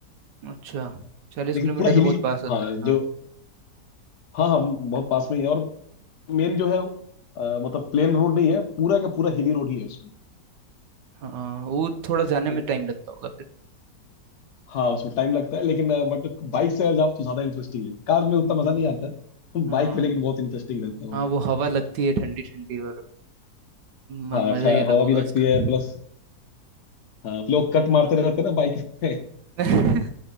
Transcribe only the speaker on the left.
लेकिन
पूरा हिली
हाँ
जो हाँ हाँ बहुत पास में ही है और मेन जो है अ, मतलब प्लेन रोड नहीं है पूरा का पूरा हिली रोड ही है उसमें
तो
हाँ उसमें टाइम लगता है लेकिन बट बाइक से अगर जाओ तो ज्यादा इंटरेस्टिंग है कार में उतना
मजा नहीं आता है
बाइक में लेकिन बहुत इंटरेस्टिंग रहता है वो
हाँ
ठा-
हवा
भी लगती
है प्लस हाँ लोग कट मारते रहते हैं ना बाइक में